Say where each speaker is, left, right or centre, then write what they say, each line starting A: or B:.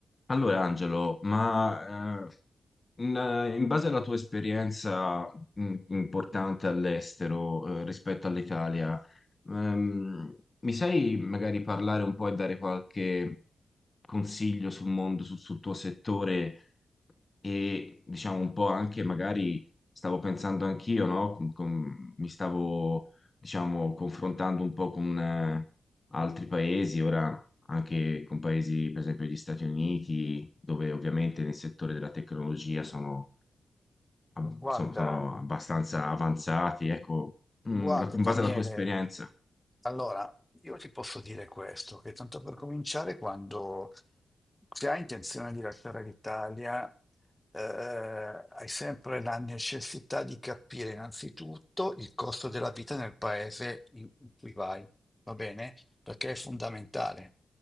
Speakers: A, on the left (about 35°); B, on the left (about 15°).
A: Allora, Angelo, ma eh, in, eh, in base alla tua esperienza mh, importante all'estero eh, rispetto all'Italia, ehm, mi sai magari parlare un po' e dare qualche consiglio sul mondo, sul, sul tuo settore e diciamo un po' anche magari stavo pensando anch'io, no? Con- con- mi stavo diciamo confrontando un po' con eh, altri paesi, ora anche con paesi, per esempio gli Stati Uniti, dove ovviamente nel settore della tecnologia sono, ab-
B: Guarda,
A: sono- sono abbastanza avanzati, ecco,
B: guarda
A: mm, la- in
B: Daniele,
A: base alla tua esperienza.
B: allora io ti posso dire questo, che tanto per cominciare, quando se hai intenzione di lasciare l'Italia, eh, hai sempre la necessità di capire innanzitutto il costo della vita nel paese in in cui vai, va bene? Perché è fondamentale.